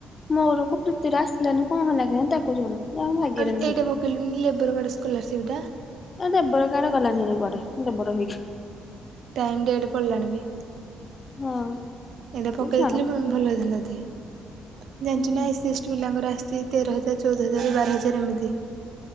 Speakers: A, on the left; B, on the right.
A: ମୋର କି ପ୍ରୀତିର ଆସିଲାନି କଣ ହେଲା କେଜାଣି ତାକୁ ଜଣା। ଇଏ ଆମ ଭାଗ୍ୟରେ
B: ଅଉ
A: ନାହିଁ।
B: ଏଇଟା ପକେଇଲୁନି ଲେବୋର୍ ଗାର୍ଡ ସ୍କୋଲାରର୍ଷିପ ଟା।
A: ଏ ଲେବର ଗାର୍ଡ ଗଲାଣିଭାରି କୁଆଡ଼େ ଲେବର ହେଇକି।
B: ଟାଇମ ଡେଟ ପଳେଇଲାଣି ବି।
A: ହଁ।
B: ଏଇଟା ପକେଇ
A: ଛାଡ
B: ଦେଇେଇଥିଲେ ଭଲ ହେଇଥାନ୍ତା ଏତିକି ଜାଣିଛୁ
A: ହୁଁ।
B: ନା ଏସି ଏସଟି ପିଲାଙ୍କର ଆସି ସେ ତେର ହଜାର ଚଉଦ ହଜାର ବାର ହଜାର ଏମିତି।